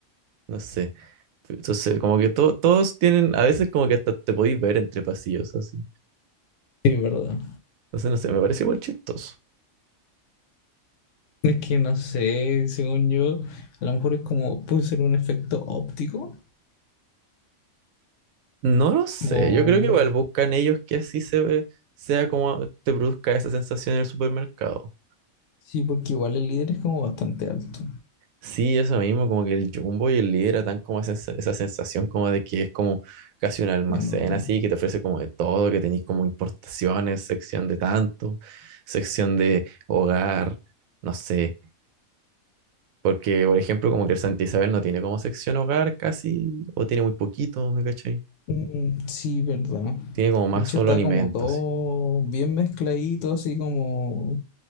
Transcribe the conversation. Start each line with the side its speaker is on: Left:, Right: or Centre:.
Right: no sé. Entonces, como que to- todos tienen, a veces como que hasta te podéis ver entre pasillos así.
Left: Sí, es verdad.
Right: Entonces, no sé, me parece muy chistoso.
Left: Es que no sé, según yo, a lo mejor es como, puede ser un efecto óptico.
Right: No lo sé,
Left: O...
Right: yo creo que igual buscan ellos que así se ve, sea como te produzca esa sensación en el supermercado.
Left: Sí, porque igual el líder es como bastante alto.
Right: Sí, eso mismo, como que el Jumbo y el Líder dan como esa, sens- esa sensación como de que es como casi un almacén
Left: Enorme.
Right: así, que te ofrece como de todo, que tenéis como importaciones, sección de tanto, sección de hogar, no sé, porque por ejemplo como que el Santa Isabel no tiene como sección hogar casi, o tiene muy poquito, ¿me cachai?
Left: Mm, Sí, verdad.
Right: Tiene como más
Left: De hecho
Right: solo
Left: está
Right: alimentos.
Left: como todo bien mezcladito, así como